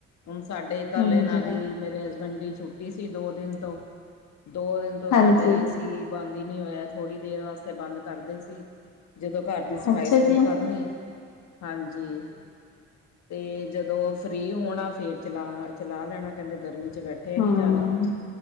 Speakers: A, on the left (about 65°); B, on the left (about 80°).
A: ਹੁਣ ਸਾਡੇ ਕੱਲ
B: ਹਾਂਜੀ
A: ਇਨਾਂ ਦੀ ਮੇਰੇ ਹਸਬੈਂਡ ਦੀ ਛੁੱ ਛਟੀ ਸੀ ਦੋ ਦਿਨ ਤੋਂ, ਦੋ ਦਿਨ ਤੋਂ
B: ਹਾਂਜੀ
A: ਸਾਡਾ ਏਸੀ ਬੰਦ ਈ ਨੀ ਹੋਇਆ ਥੋੜ੍ਹੀ ਦੇਰ ਵਾਸਤੇ ਬੰਦ ਕਰਦੇ ਸੀ। ਜਦੋਂ ਘਰ ਦੀ ਸਫਾਈ-ਸਫੂਈ
B: ਅੱਛਾ ਜੀ
A: ਕਰਨੀ, ਹਾਂਜੀ ਤੇ ਜਦੋਂ ਫ੍ਰਰੀ ਹੋਣਾ ਫੇਰ ਚਲਾ-ਚਲਾ ਲੈਣਾ ਕੈਂਦੇ ਗਰਮੀ ਚ ਬੈ ਠਿਆ
B: ਹਮ
A: ਨੀ ਜਾਰਿਆ,